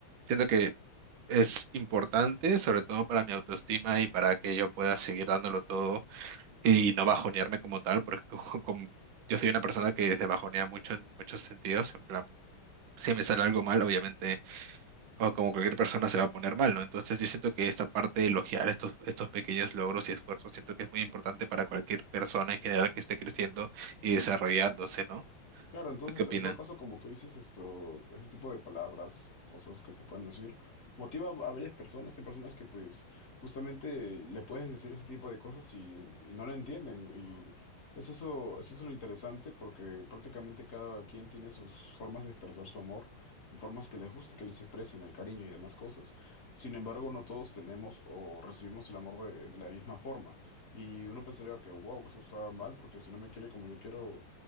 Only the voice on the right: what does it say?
Siento que es importante, sobre todo para mi autoestima y para que yo pueda seguir dándolo todo y no bajonearme como tal, porque <laughs> como- yo soy una persona que se bajonea mucho en muchos sentidos, en plan, si me sale algo mal, obviamente o como cualquier persona se va a poner mal, ¿no? Entonces yo siento que esta parte de elogiar estos, estos pequeños logros y esfuerzos, siento que es muy importante para cualquier persona en general que esté creciendo y
desarrollándose, ¿no?
¿Tú qué opinas?